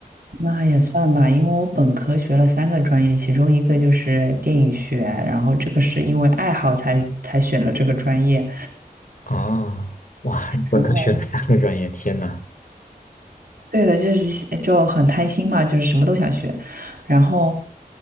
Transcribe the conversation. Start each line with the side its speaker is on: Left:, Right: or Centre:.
Right: 那也算吧，因为我本科学了三个专业，其中一个就是电影学，然后这个是因为爱好才才选了这个专业。
Left: 啊，哇，你本科学了三个专业，
Right: 然后，
Left: 天呐！
Right: 对的，就是就很贪心嘛，就是什么都想学。然后，